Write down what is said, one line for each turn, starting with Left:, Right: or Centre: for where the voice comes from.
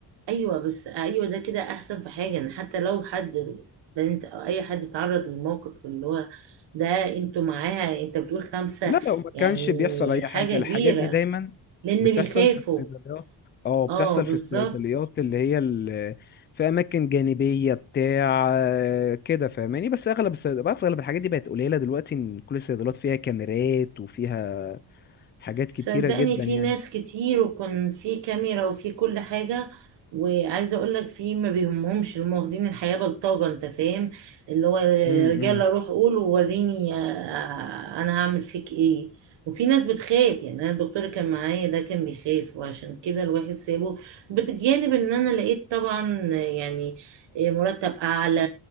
Right: ايوه بس ايوه ده كده احسن في حاجه ان حتى لو حد بنت او اي حد اتعرض للموقف اللي هو ده انتوا معاها انت بتقول خمسه
Left: لا لو ما
Right: يعني
Left: كانش بيحصل اي
Right: حاجه
Left: حاجه الحاجات
Right: كبيره
Left: دي دايما
Right: لان
Left: بتحصل
Right: بيخافوا
Left: في الصيدليات اه
Right: اه
Left: بتحصل
Right: بالظبط
Left: في الصيدليات اللي هي ال- في اماكن جانبيه بتاع آه، كده فاهماني بس اغلب الصيدليات اغلب الحاجات دي بقت قليله دلوقتي ان كل الصيدليات فيها كاميرات وفيها حاجات
Right: صدقني
Left: كتيره جدا
Right: في
Left: يعني
Right: ناس كتير وكان في كاميرا وفي كل حاجة وعايزة اقولك في ما بيهمهمش هم واخدين الحياة بلطجة انت فاهم اللي هو
Left: امم
Right: رجالة روح قول ووريني آه، آه، انا هعمل فيك ايه وفي ناس بتخاف يعني انا الدكتور كان معايا ده كان بيخاف وعشان كده الواحد سابه بتجانب ان انا لقيت طبعا يعني إيه، مرتب اعلى